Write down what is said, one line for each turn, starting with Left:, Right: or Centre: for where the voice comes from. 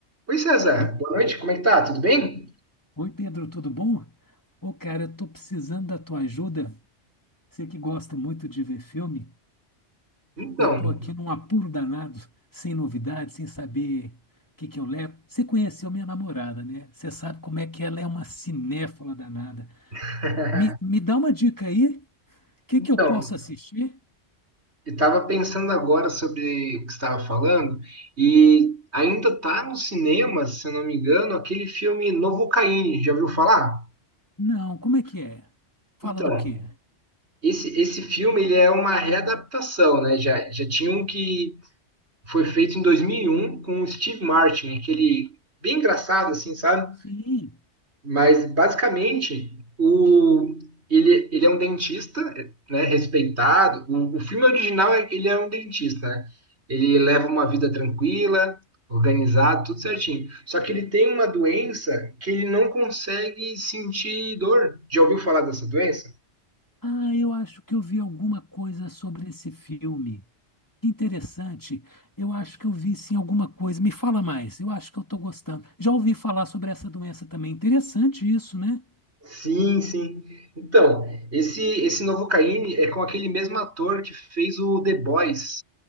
Right: Oi, César.
Left: Oi,
Right: Boa noite. Como é que tá? Tudo bem?
Left: oi, Pedro, tudo bom? Ô, cara, eu tô precisando da tua ajuda. Você que gosta muito de ver filme,
Right: Então,
Left: eu tô aqui num apuro danado, sem novidades, sem saber o que que eu levo. Você conheceu minha namorada, né? Você sabe como é que ela é uma cinéfala danada.
Right: <laughs>
Left: Me, me dá uma dica aí, o que
Right: então,
Left: que eu posso assistir?
Right: eu tava pensando agora sobre o que você estava falando e ainda tá no cinema, se eu não me engano, aquele filme Novocaine. Já ouviu falar?
Left: Não, como é que é? Fala
Right: Então,
Left: do quê?
Right: esse, esse filme ele é uma readaptação, né? Já, já tinha um que foi feito em 2001 com o Steve Martin, aquele bem engraçado, assim, sabe?
Left: Sim.
Right: Mas basicamente o ele, ele é um dentista, né, respeitado. O, o filme original é que ele é um dentista, né? Ele leva uma vida tranquila, organizada, tudo certinho. Só que ele tem uma doença que ele não consegue sentir dor. Já ouviu falar dessa doença?
Left: Ah, eu acho que eu vi alguma coisa sobre esse filme. Interessante. Eu acho que eu vi sim alguma coisa. Me fala mais. Eu acho que eu estou gostando. Já ouvi falar sobre essa doença também. Interessante isso, né?
Right: Sim, sim. Então, esse esse novo Caine é com aquele mesmo ator que fez o The Boys.